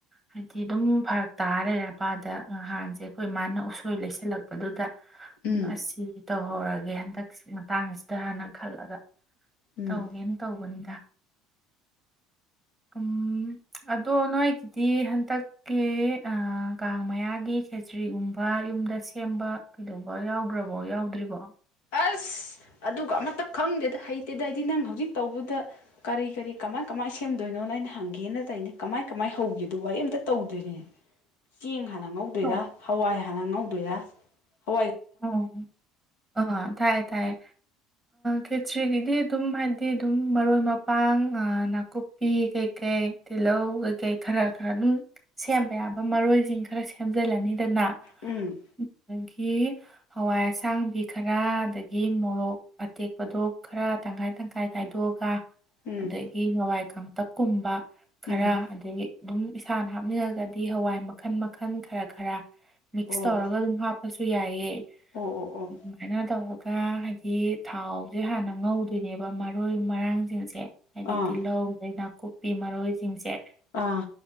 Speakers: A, in the centre; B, on the left (about 85°).
A: ꯍꯥꯏꯗꯤ ꯑꯗꯨꯝ ꯐꯔꯛ ꯇꯥꯔ ꯂꯩꯔꯦꯄꯥꯗꯍꯥꯟꯁꯦ ꯑꯩꯈꯣꯏ ꯃꯥꯅ ꯎꯁꯣꯏ ꯂꯩꯁꯤꯜꯂꯛꯄꯗꯨꯗ
B: ꯎꯝ
A: ꯑꯁꯤ ꯇꯧꯍꯧꯔꯒꯦ ꯍꯟꯗꯛ ꯃꯇꯥꯡꯁꯤꯗꯥꯟꯅ ꯈꯜꯂꯒ
B: ꯎꯝ
A: ꯇꯧꯒꯦꯅ ꯇꯧꯕꯅꯤꯗ ꯎꯝ ꯑꯗꯣ ꯅꯣꯏꯒꯤꯗꯤ ꯍꯟꯗꯛ ꯀꯦ ꯀꯥꯡ ꯃꯌꯥꯒꯤ ꯈꯦꯇ꯭ꯔꯤꯒꯨꯝꯕ ꯌꯨꯝꯗ ꯁꯦꯝꯕ ꯀꯩꯗꯧꯕ ꯌꯥꯎꯗ꯭ꯔꯕꯣ ꯌꯥꯎꯗ꯭ꯔꯤꯕꯣ
B: ꯑꯁ ꯑꯗꯨꯒ ꯑꯃꯇ ꯈꯪꯗꯦꯗ ꯍꯩꯇꯦꯗ ꯍꯥꯏꯗꯤ ꯅꯪ ꯍꯧꯖꯤꯛ ꯇꯧꯕꯗ ꯀꯔꯤ ꯀꯔꯤ ꯀꯃꯥꯏ ꯀꯃꯥꯏꯅ ꯁꯦꯝꯗꯣꯏꯅꯣꯅ ꯑꯩꯅ ꯍꯪꯒꯦꯅ ꯇꯩꯅ ꯀꯃꯥꯏ ꯀꯃꯥꯏ ꯍꯧꯒꯦꯗꯨꯕ ꯑ ꯑꯃꯇ ꯇꯧꯗꯣꯏꯅꯣ ꯆꯦꯡ ꯍ ꯉꯗꯣꯏꯔ
A: ꯑꯣ
B: ꯍ ꯍ ꯉꯗꯣꯏꯔ ꯍ
A: ꯑꯣ ꯑ ꯊꯥꯏꯌꯦ ꯊꯥꯏꯌꯦ ꯈꯦꯇ꯭ꯔꯤꯒꯤꯗꯤ ꯑꯗꯨꯝ ꯍꯥꯏꯗꯤ ꯑꯗꯨꯝ ꯃꯔꯣꯏ ꯃꯄꯥꯡ ꯅꯥꯀꯨꯞ ꯅꯥꯄꯤ ꯀꯩꯀꯩ ꯇꯤꯜꯍꯧ ꯀꯩꯀꯩ ꯈꯔ ꯈꯔ ꯑꯗꯨꯝ ꯁꯦꯝꯕ ꯌꯥꯕ ꯃꯔꯣꯏꯁꯤꯡ ꯈꯔ ꯁꯦꯝꯖꯤꯜꯂꯅꯤꯗꯅ
B: ꯎꯝ
A: ꯑꯗꯒꯤ ꯍꯋꯥꯏ ꯑꯁꯥꯡꯕꯤ ꯈꯔ ꯑꯗꯒꯤ ꯃꯣꯔꯣꯛ ꯑꯇꯦꯛꯄꯗꯣ ꯈꯔ ꯇꯪꯈꯥꯏ ꯇꯪꯈꯥꯏ ꯈꯥꯏꯗꯣꯛꯑꯒ
B: ꯎꯝ
A: ꯑꯗꯒꯤ ꯍꯋꯥꯏ ꯀꯇꯛꯀꯨꯝꯕ ꯈꯔ
B: ꯎꯝ
A: ꯑꯗꯒꯤ ꯑꯗꯨꯝ ꯏꯁꯥꯅ ꯍꯥꯞꯅꯤꯡꯉꯒꯗꯤ ꯍꯋꯥꯏ ꯃꯈꯜ ꯃꯈꯜ ꯈꯔ ꯈꯔ ꯃꯤꯛꯁ
B: ꯑꯣ
A: ꯇꯧꯔꯒ ꯑꯗꯨꯝ ꯍꯥꯞꯄꯁꯨ ꯌꯥꯏꯑ
B: ꯑꯣ ꯑꯣ ꯑꯣ
A: ꯑꯗꯨꯃꯥꯏꯅ ꯇꯧꯔꯒ ꯍꯥꯏꯗꯤ ꯊꯥꯎꯁꯦ ꯍꯥꯟꯅ ꯉꯧꯗꯣꯏꯅꯦꯕ ꯃꯔꯣꯏ ꯃꯔꯥꯡꯁꯤꯡꯁꯦ ꯍꯥꯏꯗꯤ
B: ꯑꯥ
A: ꯇꯤꯜꯍꯧ ꯑꯗꯩ ꯅꯥꯀꯨꯞꯄꯤ ꯃꯔꯣꯏꯁꯤꯡꯁꯦ
B: ꯑꯥ